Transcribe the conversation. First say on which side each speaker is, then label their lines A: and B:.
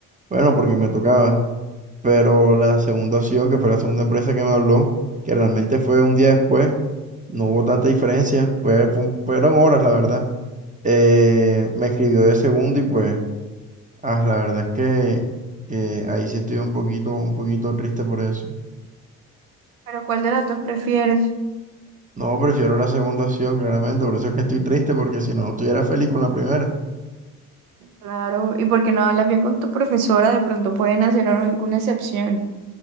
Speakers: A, on the right (about 20°); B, on the right (about 80°).
A: bueno, porque me tocaba. Pero la segunda opción, que fue la segunda empresa que me habló, que realmente fue un día después, no hubo tanta diferencia, fue, fue un- fueron horas, la verdad. Eh, me escribió de segundo y pues, ah, la verdad es que, que ahí sí estoy un poquito, un poquito triste por eso.
B: Pero ¿cuál de las dos prefieres?
A: No, prefiero la segunda opción, claramente, por eso es que estoy triste, porque si no, estuviera feliz con la primera.
B: Claro, y porque no hablas bien con tu profesora, de pronto pueden hacer alguna excepción.